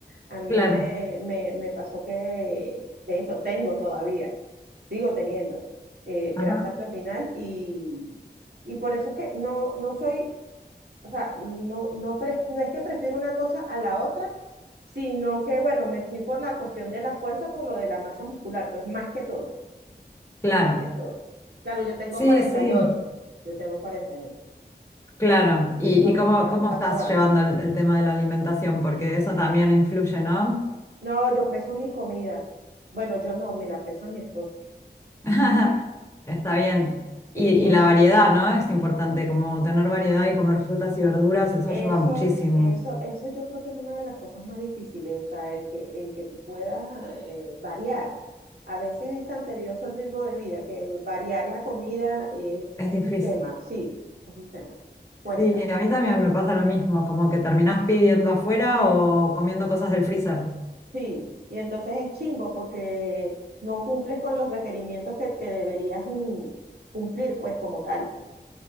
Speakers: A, on the right; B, on the left.
A: A mí
B: Claro,
A: me, me, me pasó que, de hecho, tengo todavía, sigo teniendo eh,
B: ajá,
A: grasa abdominal y, y por eso es que no, no soy o sea, no, no, pre- no es que prefiero una cosa a la otra, sino que, bueno, me fui por la cuestión de la fuerza, por lo de la masa muscular, pues más que todo,
B: claro.
A: más que todo. Claro, yo tengo
B: Sí,
A: cuarenta
B: sí,
A: y ocho, yo tengo 48.
B: claro. ¿Y,
A: nos
B: y cómo,
A: separan
B: cómo
A: cuatro
B: estás
A: años.
B: llevando el, el tema de la alimentación? Porque eso también influye, ¿no?
A: No, yo peso mi comida. Bueno, yo no, me la pesa mi esposo.
B: <laughs> Está bien.
A: Sí,
B: Y, y
A: porque
B: la variedad, ¿no? Es importante, como tener variedad y comer frutas y verduras, eso
A: Eso,
B: ayuda muchísimo.
A: eso, eso yo creo que es una de las cosas más difíciles, o sea, el que, el que tú puedas ah, eh, variar. A veces es tan tedioso el ritmo de vida que variar la comida eh,
B: Es
A: es
B: difícil.
A: un tema, sí, es un tema, cuesta,
B: Sí, a mí también me pasa lo mismo, como que terminás pidiendo afuera o comiendo cosas del freezer.
A: sí. Y entonces es chimbo porque no cumples con los requerimientos que, que deberías mm, cumplir, pues como tal.